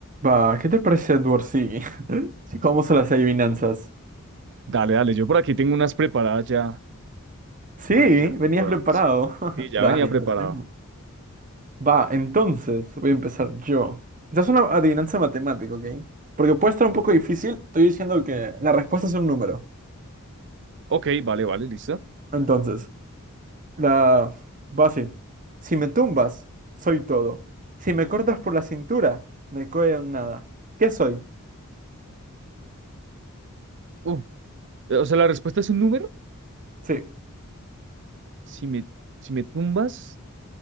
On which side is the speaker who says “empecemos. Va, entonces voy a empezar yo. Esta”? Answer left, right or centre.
Right